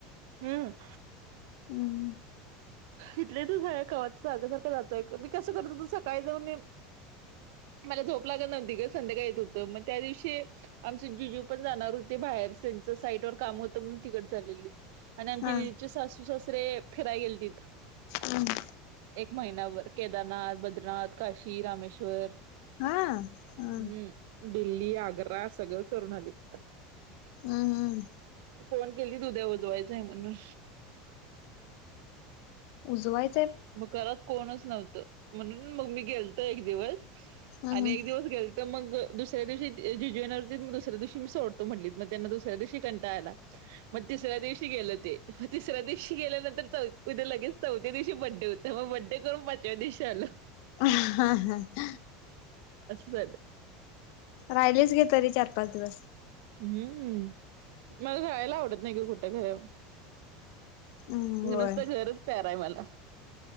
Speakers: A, on the right; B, on the left.
A: हम्म.
B: हम्म
A: इथलेच का साग सारखं जातोय मी कसं करतो तो सकाळी जाऊन मला झोप लागत नव्हती का संध्याकाळ येत होतं, मग त्या दिवशी आमचे जीूजीू पण जाणार होते बा बाहेर त्यांचं साइटवर काम होतं तिकड चालले आणि आमचे
B: हा
A: दिदीचे सासू सासरे फिराय गेल तिथ.
B: हम्म
A: एक महिनाभर केदारनाथ, बद्रनाथ, काशी, रामेश्वर
B: हा हम.
A: हम्म दिल्ली, आग्रा, सगळं करून आलेत तिथं.
B: हम् हम्.
A: फोन केली उद्या उजवायचंय म्हणून.
B: उजवय
A: मग घरात कोणच नव्हतं म्हणून मग मी गेलते एक दिवस.
B: हम्म
A: आणि एक दिवस गेलत मग दुसऱ्या दिवशी जिजू येणार होती मग दुसऱ्या दिवशी मी सोडतो म्हटलीत मग त्यांना दुसऱ्या दिवशी कंटाला आला. मग तिसऱ्या दिवशी गेल ते मग तिसऱ्या दिवशी गेल्यानंतर चौे लगेच चौथ्या दिवशी बडडे देवता मग बड्डे करून पाचव्या दिवशी आलो.
B: हम्म.
A: असं झालं.
B: राहिलेच घे तरी चार पाच दिवस.
A: हम्म मला जाळायला आवडत नाही का कुठं खर.
B: हम्म होय.
A: नुसतं घरच प्यारा हाय मला.